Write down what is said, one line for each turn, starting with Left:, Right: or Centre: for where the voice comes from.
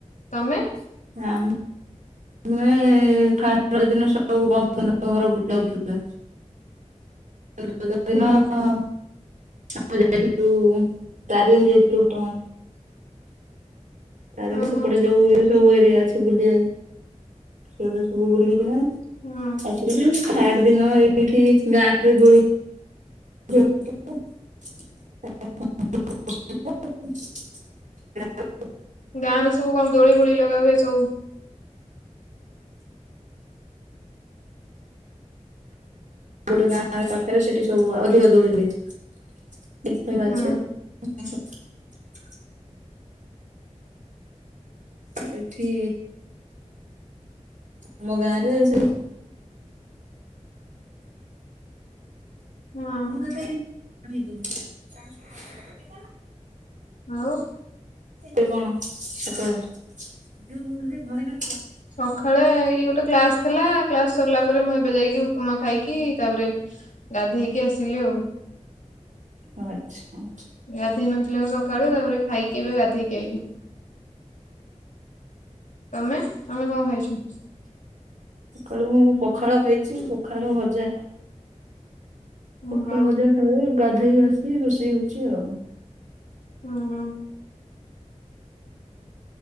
Left: ତମେ?
Right: ଆମ ମୁଁ ଏ ଫାଷ୍ଟ ରଜ ଦିନ ସବୁ <unintelligible> ଘର ବୁଲା ହୋ। ରଜ ଦିନ
Left: ହୁଁ
Right: ହ ଯାଇଥିଲୁ ତାରେଣି ଯାଇଥିଲୁ ତ ତାରେଣି
Left: ଓହୋ
Right: ସେପଟେ ଯୋଉ ଏ ସବୁ ଏରିଆ ଅଛି ବୁଲି ସେଟା ସବୁ ବୁଲିକିନା
Left: ହୁଁ
Right: ଆସିଲି ତାଠ ଦିନ ଏଇଠି ଗାଁରେ ଦୋଳି <unintelligible> <unintelligible>
Left: ଗାଁ ରେ ସବୁ କଣ ଦୋଳି ଫୋଳି ଲଗା ହୁଏ ସବୁ?
Right: ଗୋଟେ ଗାଁ ପାଖରେ ସେଠି ସବୁ ଅଧିକ ଦୋଳି ଠିକ୍ ଠାକ୍ ଅଛି।
Left: ହୁଁ
Right: <unintelligible> ଏଠି ଆମ ଗାଁରୁ ଏସବୁ
Left: ହଁ
Right: ମୁଁ ଦେଇଥିଲି <inaudible>
Left: ଆଉ
Right: କୁହ କଣ ସେତେବେଳେ?
Left: ସକାଳେ ଏଇ ଗୋଟେ କ୍ଲାସ ଥିଲା କ୍ଲାସ ସରିଲା ପରେ ମୁଁ ଏବେ ଯାଇକି ଉପମା ଖାଇକି ତାପରେ ଗାଧେଇକି ଆସିଲି ଆଉ।
Right: ଆଚ୍ଛା।
Left: ଗାଧେଇ ନଥିଲି ଆଉ ସକାଳୁ ତାପରେ ଖାଇକି ଏବେ ଗାଧେଇକି ଆଇଲି। ତମେ ତମେ କଣ ଖାଇଛ?
Right: କାଲି ମୁଁ ପଖାଳ ଖାଇଛି ପଖାଳ ଭଜା।
Left: ହୁଁ
Right: ପଖାଳଭଜା
Left: ହୁଁ
Right: ଖାଇ ଗାଧୋଇ ଆସି ରୋଷେଇ ହଉଛି ଆଉ।
Left: ହୁଁ ହୁଁ।